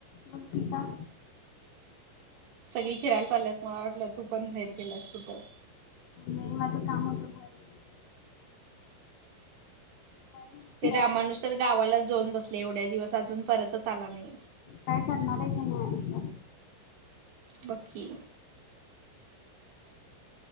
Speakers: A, on the left; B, on the right.
A: मुलगी का?
B: सगळी फिरायला चाललेत. मला वाटलं तू पण <unintelligible> केेलस कुठं?
A: मी माझं काम होतं. गेले. बाहेर म्हणजे
B: ते
A: फिराय
B: रामानुज तर गावालाच जाऊन बसला एवढ्या दिवस. अजून परतच आला नाही.
A: काय करणार आहे की नाही आयुष्यात?
B: नक्की.